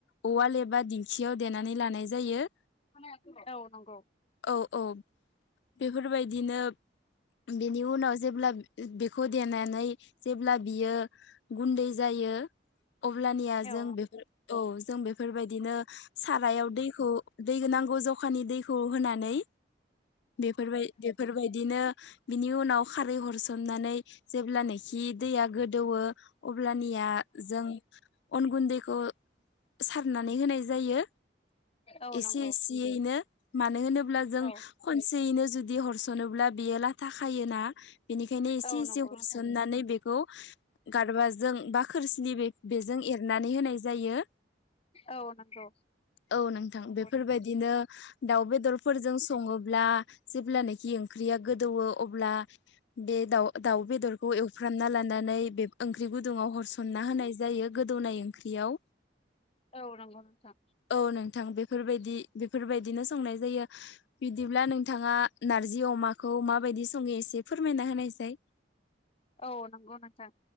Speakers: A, on the left; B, on the left.
A: उवाल एबा दिंखियाव देनानै लानाय जायो।
B: औ नंगौ औ नंगौ
A: औ औ बेफोरबायदिनो बेनि उनाव जेब्ला बेखौ देनानै जेब्ला बियो गुन्दै जायो बेयो अब्लानिया
B: औ
A: जों
B: औ
A: बेफोर औ जों बे फोरबायदिनो सारायाव दैखौ दै नांगौ ज? अखानि दैखौ होनानै फोरबाय बेफोरबायदि <inaudible> नो उनाव खारै हरसोमनानै जेब्लानोखि दैया गोदौवौ अब्ला अब्लानिया जों अन गुन्दैखौ सारनानै होनाय जायो
B: औ
A: एसे
B: नंगौ
A: एसेयैनो मानो होनोब्ला जों
B: औ
A: खनसेयैनो जुदि बिदि हरसनोब्ला बियो लाथा खायोना बेनिखायनो एसे
B: औ
A: एसे
B: नंगौ
A: हरसननानै
B: नोंथां
A: बेखौ गारबाजों बा खोरसिनि बेजों एरनानै नै होनाय जायो
B: औ नंगौ
A: औ नोंथां
B: नंगौ
A: बेफोरबायदिनो
B: नोंथां
A: दाउ बेदरफोरजों संङोब्ला जेब्लानाखि ओंख्रिया गोदौओ अब्ला बे दाउ दाउ बेदरखौ एवफ्रामना लानानै बे ओंख्रि गुदुंङाव हरसनना होनाय जायो। गोदौनाय ओंख्रिआव
B: औ नंगौ नोंथां
A: औ नोंथां बे बेफोरबायदि बेफोरबायदिनो संनाय जायो बिदिब्ला नोंथांङा नारजि अमाखौ माबायदि संङो एसे फोरमायना होनायसाय। <inaudible>
B: औ नंगौ नोंथां